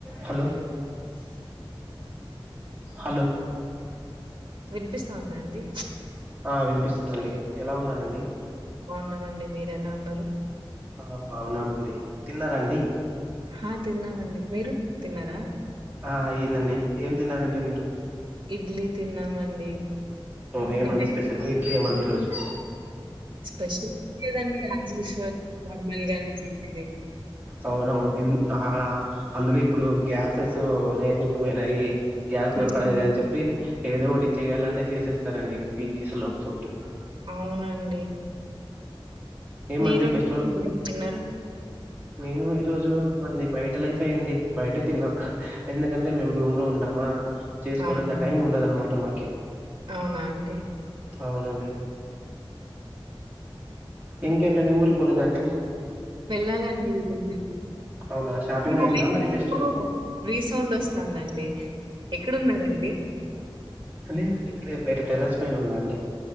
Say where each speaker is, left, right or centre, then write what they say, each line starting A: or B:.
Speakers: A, on the right (about 20°); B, on the right (about 55°).
A: Hello hello
B: వినిపిస్తోందా అండి
A: ఆ వినిపిస్తుందండి ఎలా ఉన్నారండి
B: బాగున్నామండి మీరు ఎలా ఉన్నారు
A: ఆ బాగున్నామండి తిన్నార అండి
B: ఆ తిన్నామండి మీరు తిన్నారా
A: ఆ అయ్యిందండి ఏం తిన్నారండి మీరు
B: ఇడ్లీ తిన్నామండి
A: ఓ ఏమండి
B: మే
A: స్పెషల్ ఇడ్లీ ఏమన్నా ఈ రోజు
B: స్పెషల్ లేదండి యాస్ యుజవల్ నార్మల్ గానే ఇదే
A: అవునవును ఏ ఆ హ్ అందులో ఇప్పుడు గ్యాసెస్ రేట్ ఎక్కువైనాయి గ్యాస్ దొరకడం
B: ఉమ్,
A: లేదు అని చెప్పి ఏదో ఒకటి చేయాలంటే చేసేస్తారండి పీజీస్ లో ఫుడ్
B: అవునండి
A: ఏమండి
B: మీరు
A: ఫెస్టివల్
B: ఏం తిన్నారు
A: నేను ఈ రోజు మనది బయట లైఫ్ అయ్యింది బయట తిన్నాం ఎందుకంటే మేము రూమ్ లో ఉంటాం ఆ చేసుకునేంత
B: అవునా
A: టైం ఉండదు అన్నమాట మాకు ఓకే
B: అవునా అండి
A: అవునండి ఇంకేంటండి ఊరికి పోలేద అండి
B: వెళ్ళాలాండి ఈరోజు
A: అవునా షాపింగ్
B: మీ
A: అయిందా
B: వాయిస్
A: మరి
B: ఎందుకో
A: ఫెస్టివల్
B: రీసౌండ్ వస్తుందండి ఎక్కడున్నారండి
A: లేదండి ఇక్కడే బయట టెర్రస్ పైన ఉన్నా అండి